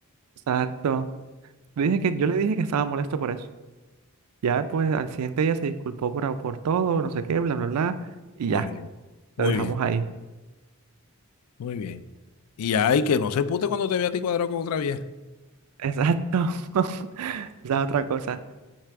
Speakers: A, on the right (about 85°); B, on the left (about 80°).
A: Exacto. Le dije que, yo le dije que estaba molesto por eso. Ya, pues, al siguiente día se disculpó por, por todo, no sé qué, bla, bla, bla, y
B: Muy
A: ya,
B: bien, muy
A: lo dejamos
B: bien,
A: ahí.
B: muy bien. Y ay, que no se pute cuando te vea a ti cuadrado con otra vieja.
A: Exacto. <laughs> Esa es otra cosa.